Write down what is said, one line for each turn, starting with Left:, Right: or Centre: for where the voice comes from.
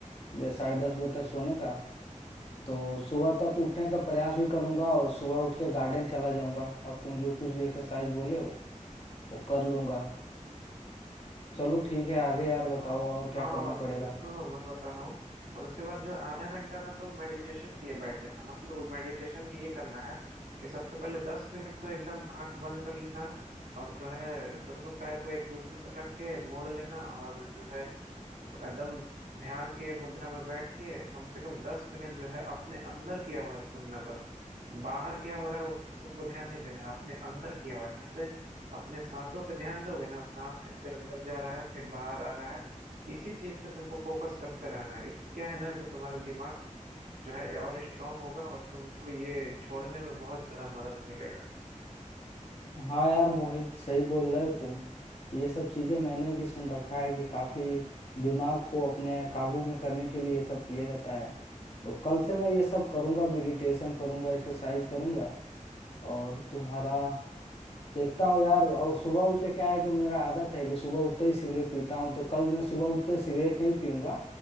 Left: दे- साढ़े दस बजे तक सोने का तो सुबह तक उठने का प्रयास भी करूंगा और सुबह उठ के गार्डन चला जाऊंगा और तुम जो कुछ भी एक्सरसाइज बोले हो वो कर लूंगा चलो ठीक है आगे यार बताओ
Right: हाँ
Left: और
Right: हाँ
Left: क्या करना
Right: और
Left: पड़ेगा
Right: सुनो मैं बता रहा हूँ और उसके बाद जो आधा घंटा ना तुम मेडिटेशन के लिए बैठ जाना मतलब मेडिटेशन में ये करना है कि सबसे पहले दस मिनट तो एकदम आंख बंद कर लेना और जो है दोनों पैर को एक दूसरे पर रख के मोड़ लेना और जो है एकदम ध्यान के मुद्रा में बैठ के कम से कम दस मिनट जो है अपने अंदर की आवाज सुनना बस बाहर क्या हो रहा है उसको तुमको ध्यान नहीं देना अपने अंदर की आवाज जैसे अपने सांसों पे ध्यान दोगे ना सांस कैसे अंदर जा रहा है फिर बाहर आ रहा है इसी चीज पे तुमको फोकस करते रहना है इससे क्या है ना कि तुम्हारा दिमाग जो है और स्ट्रांग होगा और तुमको ये छोड़ने में बहुत ज्यादा मदद मिलेगा
Left: हाँ यार मोहित सही बोल रहे हो तुम ये सब चीजें मैंने भी सुन रखा है कि काफी दिमाग को अपने काबू में करने के लिए ये सब किया जाता है तो कल से मैं ये सब करूंगा मेडिटेशन करूंगा एक्सरसाइज करूंगा और तुम्हारा देखता हूँ यार और सुबह उठ के क्या है कि मेरा आदत है कि सुबह उठते ही सिगरेट पीता हूँ तो कल मैं सुबह उठते ही सिगरेट नहीं पीऊंगा